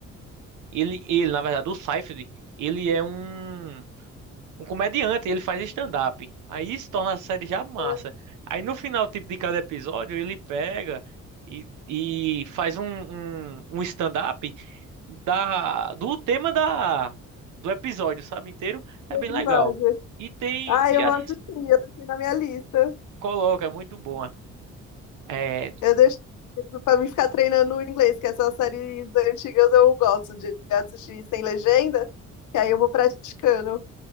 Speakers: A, on the right (about 80°); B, on the left (about 80°).
A: ele ele, na verdade, o Seinfeld, ele é um um comediante, ele faz stand-up. Aí isso torna a série já
B: né,
A: massa. Aí no final, tipo, de cada episódio, ele pega e, e faz um, um, um stand-up da, do tema da, do episódio, sabe, inteiro. É
B: episódio.
A: bem legal. E tem,
B: Ah,
A: e
B: eu
A: as,
B: vou assistir, eu deixei na minha lista.
A: coloca, é muito bom. É,
B: Eu deixo pra mim ficar treinando o inglês, que essas séries antigas eu gosto de assistir sem legenda, que aí eu vou praticando.